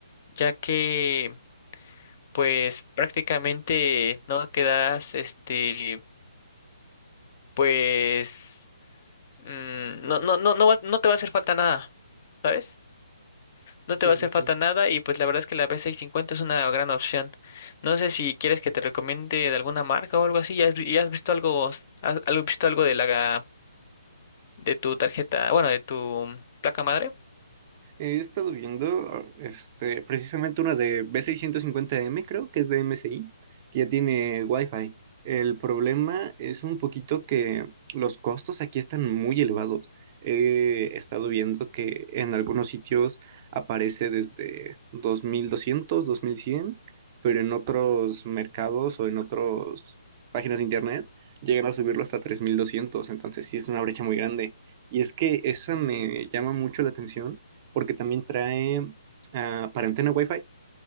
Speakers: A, on the left; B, on the right.
A: ya que pues prácticamente no quedas, este, pues, mm, no, no, no, no, va- no te va a hacer falta nada, ¿sabes? No
B: Sí,
A: te va a hacer
B: sí, sí.
A: falta nada y pues la verdad es que la B650 es una gran opción. No sé si quieres que te recomiende de alguna marca o algo así. ¿Ya has, vi- ya has visto algo, has, algo- visto algo de la, de tu tarjeta, bueno, de tu placa madre?
B: He estado viendo este, precisamente una de b seiscientos cincuenta m creo que es de MSI, que ya tiene Wi-Fi. El problema es un poquito que los costos aquí están muy elevados. He estado viendo que en algunos sitios aparece desde dos dos mil doscientos, dos mil cien, pero en otros mercados o en otras páginas de internet llegan a subirlo hasta 3200. entonces sí es una brecha muy grande. Y es que esa me llama mucho la atención porque también trae ah, para antena Wi-Fi.